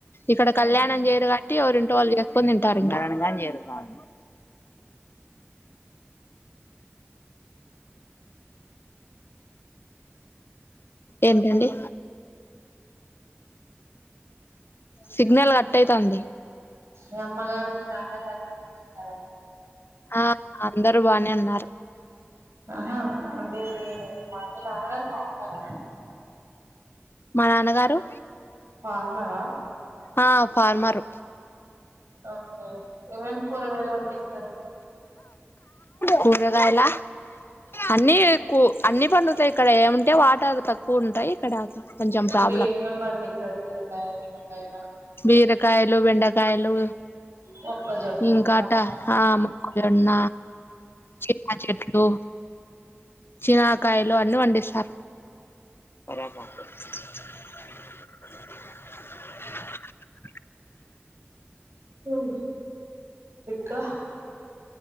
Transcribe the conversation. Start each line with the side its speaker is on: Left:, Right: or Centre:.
Left: ఇక్కడ
Right: మ్మ్
Left: కళ్యాణం చేయరు కాట్టి ఎవరి ఇంటి వాళ్ చేసుకని తింటారు ఇంటారు ఇంక ఏంటెండి సిగ్నల్ కట్ అయితాంది
Right: మీ అమ్మగారు మీ నాన్నగారు బానె ఉన్నార
Left: ఆ అందరు బానే ఉన్నారు
Right: ఆహా అంటే మీ తాతగారు బాగున్నారా
Left: మా నాన్నగారు
Right: ఫార్మర్ రా
Left: ఆ ఫార్మరు
Right: ఓకే ఏమేమ్ కూరగాయాలు పండిస్ స్తారు
Left: కూరగాయల అన్నికు అన్ని పండుతాయి. ఇక్కడ ఏముంటాయ్ వాటర్ తక్కువ ఉంటాయి. ఇక్కడ కొంచెం
Right: అంటే
Left: ప్రాబ్లం
Right: ఏమేమ్ పండిస్తారు. బిరకాయ్, బెండకాయ్
Left: బీరకాయలు, బెండకాయలు
Right: మొక్కజొన్న
Left: ఇంకాట
Right: టమాటా
Left: ఆ జొన్న, చిన్న చెట్లు, చినకాయలు అన్ని పండిస్తారు. ఆ రమ్మా <unintelligible>
Right: ఉహ్ ఇంకా